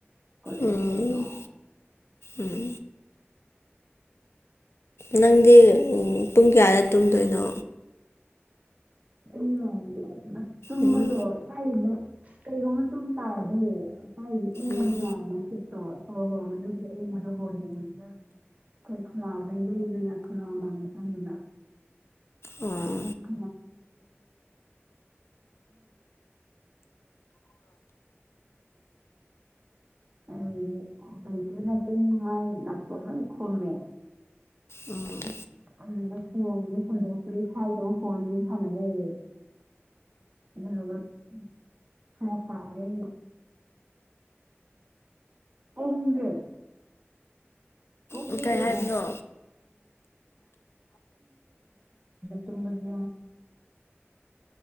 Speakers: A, on the right; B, on the left.
A: ꯀꯣꯂꯦꯁ
B: ꯎꯝ
A: ꯇꯖꯨ
B: ꯎꯝ ꯅꯪꯗꯤ ꯄꯨꯡ ꯀꯌꯥꯗ ꯇꯨꯝꯗꯣꯏꯅꯣ
A: ꯑꯩꯗꯤ ꯅꯥꯔꯤ ꯑꯥꯏ ꯇꯨꯝꯕꯔꯣ
B: ꯎꯝ
A: ꯀꯥꯏꯗꯩꯅꯣ ꯀꯩꯒꯨꯝꯕ ꯇꯨꯝ ꯇꯥꯔꯗꯤ ꯍꯥꯏꯗꯤ ꯏꯪꯕꯅꯤꯅ
B: ꯎꯝ
A: ꯅꯨꯡꯁꯤꯠꯇꯣ ꯁꯣꯔ ꯍꯣꯟꯕꯗ ꯅꯨꯡꯁꯤꯠ ꯑꯏꯪꯕꯗꯣ ꯍꯣꯜꯂꯦ <unintelligible>
B: ꯑꯧ
A: <unintelligible> <unintelligible> ꯑ ꯩꯗꯤ ꯅꯨꯡꯇꯤ ꯂꯥꯛꯇꯣꯏꯅꯤꯉꯥꯏ ꯂꯥꯛꯄꯗꯪ ꯈꯨꯝꯃꯦ
B: ꯎꯝ
A: ꯑꯗꯨꯗꯨꯗ ꯐꯣꯟꯖꯨ ꯄꯨꯟꯗꯣꯛ ꯇ꯭ꯔꯤ ꯍꯥꯏꯕꯒꯤ ꯐꯣꯟꯗꯨꯝ ꯁꯥꯟꯅ ꯂꯩꯔꯦ <unintelligible> <unintelligible> ꯑꯩ ꯏꯪꯗꯦ <unintelligible> ꯐꯍꯟꯅꯤꯡꯕꯩ
B: ꯎꯝ ꯀꯩ ꯍꯥꯏꯕꯅꯣ
A: ꯇꯨꯃꯤꯟꯅꯖꯤ